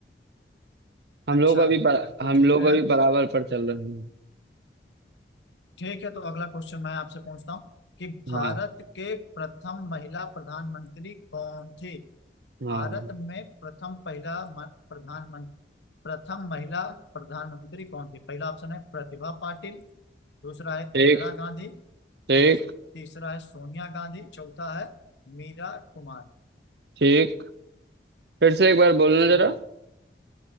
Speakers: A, on the right; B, on the left.
A: हम
B: अच्छा
A: लोग अभी बर,
B: फिर तो
A: हम
B: ठीक
A: लोग
B: है
A: अभी बराबर पर चल रहे हैं
B: ठीक है तो अगला क्वेश्चन मैं आपसे पूछता हूँ कि भारत
A: हाँ
B: के प्रथम महिला प्रधानमंत्री कौन थी
A: हाँ
B: भारत में प्रथम पहला म- प्रधानमंत्री प्रथम महिला प्रधानमंत्री कौन थी पहला ऑप्शन है प्रतिभा पाटिल दूसरा है
A: ठीक
B: इंदिरा गांधी
A: ठीक
B: तीस- तीसरा है सोनिया गांधी चौथा है मीरा कुमार
A: ठीक फिर से एक बार बोलना
B: हम्म,
A: जरा